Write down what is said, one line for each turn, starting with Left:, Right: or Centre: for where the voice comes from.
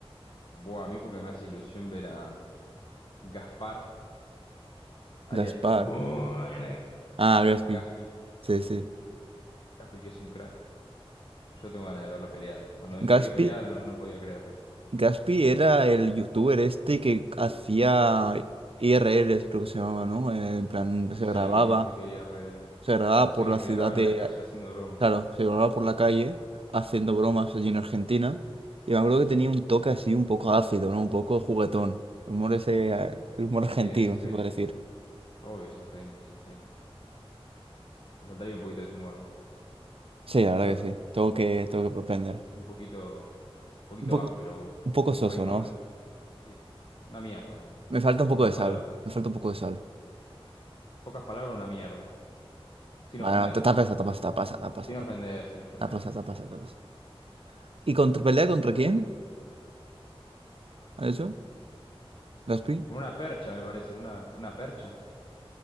Left: Buah, a mí porque me hace ilusión ver a Gaspar, alias
Right: Gaspar.
Left: Buenas,
Right: Ah, Gaspi.
Left: Gaspi,
Right: Sí, sí.
Left: Gaspi que es un crack. Yo tengo ganas de verlo pelear. Cuando me enteré
Right: Gaspi
Left: que peleaba no, no podía creerlo.
Right: Gaspi era el youtuber este que hacía IRLs, creo que se llamaba, ¿no? Eh, En plan,
Left: No
Right: se
Left: sé
Right: grababa,
Left: lo que significa IRL.
Right: se grababa
Left: No sé
Right: por
Left: que
Right: la
Left: se
Right: ciudad
Left: graba
Right: de...
Left: en la calle haciendo broma.
Right: Claro, se grababa por la calle haciendo bromas allí en Argentina. Y me acuerdo que tenía un toque así un poco ácido, ¿no? Un poco juguetón. El humor ese,
Left: Dice.
Right: eh, el humor argentino,
Left: Sí, es un genio.
Right: se puede decir.
Left: Obvio, es un genio, es un genio. Te faltaría un poquito de su humor a vos,
Right: Sí, la verdad
Left: la verdad.
Right: que sí. Tengo que, tengo que aprender.
Left: Eso es un poquito, un poquito
Right: Un poco,
Left: áspero vos.
Right: un poco
Left: No
Right: soso,
Left: te reís con
Right: ¿no?
Left: nada. Sí, sí. Una mierda, en
Right: Me falta un
Left: pocas
Right: poco de
Left: palabras.
Right: sal. Me falta un poco de sal.
Left: Pocas palabras, una mierda. Sin
Right: Bueno,
Left: ofender,
Right: tapas,
Left: ¿no?
Right: tapas, tapas, tapas, tapas,
Left: Sin ofender, sin ofender.
Right: tapas, tapas, tapas, tapas. ¿Y contra pelea contra quién? ¿A eso? ¿Gaspi?
Left: Con una percha, me parece. Una, una percha.